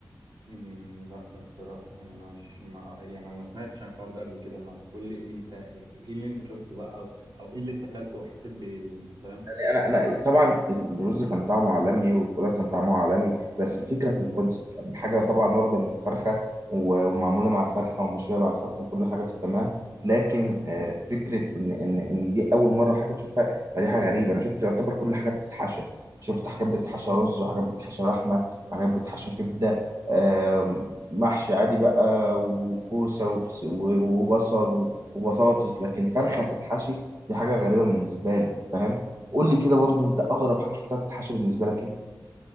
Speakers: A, on the right; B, on the right.
A: أمم، لا الصراحة يعني أنا مش ما يعني أنا ما سمعتش عن الحوار ده قبل كده ما تقول لي إيه أنت إيه اللي أنت شفته بقى أو, أو إيه اللي أنت أكلته وحسيت بإيه أنت فاهم؟
B: يعني انا انا طبعا الرز كان طعمه عالمي والخضار كان طعمه عالمي بس الفكره في الكونسبت يعني الحاجه طبعا واخده من الفرخه و- ومعموله مع الفرخه ومشويه مع الفرخه كل حاجه في التمام لكن آه، فكره ان ان ان دي اول مره حاجه تشوفها فدي حاجه غريبه انا شفت يعتبر كل حاجه بتتحشى شفت حاجات بتتحشى رز وحاجات بتتحشى لحمه وحاجات بتتحشى كبده آم، محشي عادي بقى وكوسه وبس- و- وبصل وبطاطس لكن فرخه تتحشي دي حاجه غريبه بالنسبه لي فاهم قول لي كده برضو انت اغرب حاجه شفتها بتتحشى بالنسبه لك ايه؟